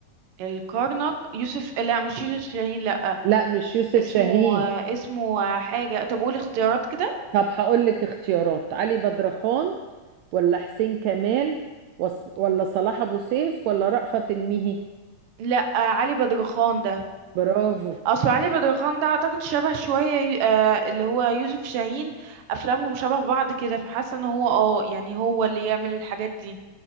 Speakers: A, on the right (about 65°); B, on the right (about 80°).
A: الكرنك يوسف لا مش يوسف شاهين لا
B: لا مش يوسف
A: اسمه
B: شاهين
A: اسمه حاجه طب قولي اختيارات كده
B: طب هقول لك اختيارات علي بدرخان ولا حسين كمال وص- ولا صلاح أبو سيف ولا رأفت الميهي
A: لا علي بدرخان ده
B: برافو
A: اصل علي بدرخان ده اعتقد شبه شويه يو- آه اللي هو يوسف شاهين افلامهم شبه بعض كده فحاسه ان هو اه يعني هو اللي يعمل الحاجات دي